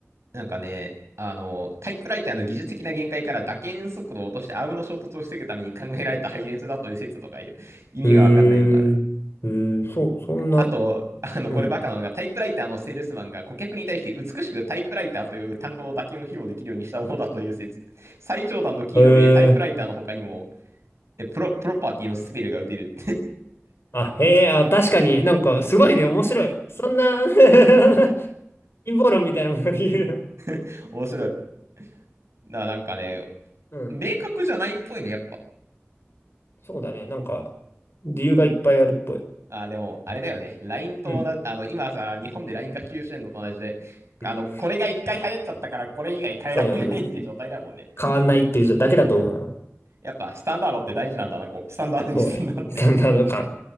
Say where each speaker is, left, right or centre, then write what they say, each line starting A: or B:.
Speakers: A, on the right; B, on the left.
A: なんかね、あの、タイプライターの技術的な限界から打鍵速度を落としてアームの衝突を防ぐために考えられた配列だという説とかいう意味がわかんないのがある。
B: へえ、へえ、そう、そんな
A: あと、あの、
B: うん。
A: これバカなのが、タイプライターのセールスマンが顧客に対して美しくタイプライターという単語の打鍵を披露できるようにしたものだという説。<laughs> 最上段のキーのみでタイプライターの他にも、
B: へえ
A: え、プロ、プロパティのスペルが打てる。
B: あ、へえ、あ、確かになんかすごいね、面白い。そんな <laughs> 陰謀論みたいなものと言う。
A: <laughs> 面白い。な、なんかね、
B: うん。
A: 明確じゃないっぽいね、やっぱ。
B: そうだね、なんか理由がいっぱいあるっぽい。
A: あー、でも、あれだよね。LINE と同じ、
B: うん。
A: あの、今さ、日本で LINE が普及してんのと同じで、あの、
B: うん
A: これが一回流行っちゃったから、これ以外変えられないって状態だもんね。
B: そう、変わんないっていうだけだと思うな。
A: やっぱ、スタンダードって大事なんだな、こう。スタンダードにすんなんて。
B: そうね。スタンダード感。